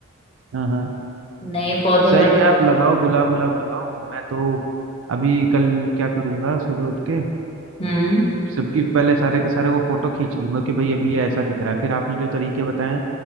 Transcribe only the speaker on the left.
नए पौधे
वगैरह
हम्म